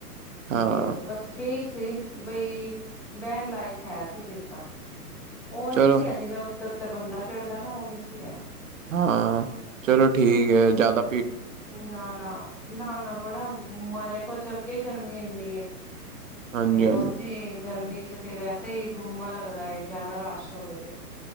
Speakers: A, on the right; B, in the centre.
A: ਹਾਂ
B: ਤੇ ਬਸ ਠੀਕ ਸੀ ਬਈ ਬਹਿਣ ਲਾਇਕ ਹੈ ਸੀ ਸੀਟਾ- ਉਹ ਨੀ
A: ਚਲੋ
B: ਸੀ ਹੈ ਜਿਵੇ ਉਤੇ- ਉਤੇ ਬੰਦਾ ਚੜ੍ਹਦਾ ਨਾ ਉਹ ਨੀ ਸੀ ਹੈ।
A: ਹਾਂ ਚਲੋ ਠੀਕ ਹੈ ਜਿਆਦਾ
B: ਨਾ- ਨਾ- ਨਾ- ਨਾ ਬੜਾ ਜਿਹਾ ਗੁਮਾ ਕੁਛ ਅੱਗੇ ਗਰਮੀ ਇੰਨੀ ਏ-
A: ਹਾਂਜੀ
B: ਤੇ
A: ਹਾਂਜੀ
B: ਉੰਝ ਗਰਮੀ 'ਚ ਤੇ ਵੈਸੇ ਹੀ ਗੁੰਮਾ ਲੱਗਦਾ ਜਿਆਦਾ ਰਸ਼ ਹੋਵੇ ਤੇ-